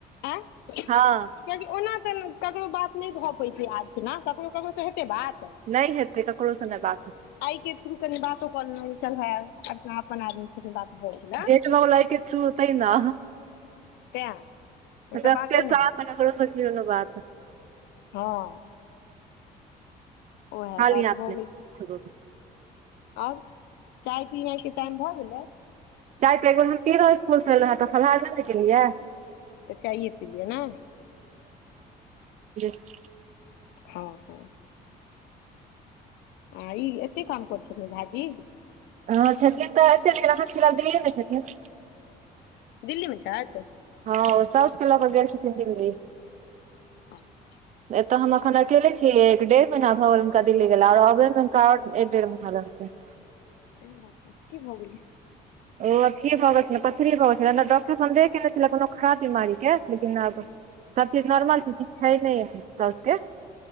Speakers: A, on the left; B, on the right.
A: आय
B: हँ
A: कियकि ओना तऽ ककरो बात नहि भऽ पैततै आज ने ककरो ककरोसँ हेतै बात
B: नहि हेतै ककरो से नै बात हेतै
A: आइ के थ्रू कनि बातो करलं चल हे अपन आदमी छथिन बात भऽ गेल हँ
B: जेट म लइके थ्रू तै ने
A: तैँ नहि तऽ
B: जेते
A: बातो नहि
B: साल स ककरो स कियो न बात
A: हाँ ओएह
B: खाली
A: बात
B: हाथ
A: भऽ
B: नहि
A: गेल आओर चाय पिना के टाइम भऽ गेलै
B: चाह तऽ एक बेर हम पीलौं हं स्कूलसँ एल रहँ तऽ फलहार नहि ने केलियै
A: तऽ चायए पिलियै ने
B: <unintelligible>
A: हँ हँ आ ई एतेक काम करथि झाजी
B: ह छथिन तऽ एते अखन दिनाँ दिल्लीये ने छथिन
A: दिल्लीमे छै तऽ
B: हँ सउस लग क गेल छथिन दिल्ली
A: <inaudible>
B: एतऽ हम अखन अकेले छीिय एक डेढ़ महीना भऽ गेल हुनका दिल्ली गेला आओर अबे मे हा आ एक डेढ़ महीना लगते
A: कोनो बात नहि कि भौ गेलै
B: ओ अथी भऽ गेल छल पथरी भऽ गेल छला डॉक्टर सन्देह केने छलै कोनो खराब बीमारी के लेकिन आब सब चीज नॉर्मल छै किछ छै नहि साउसके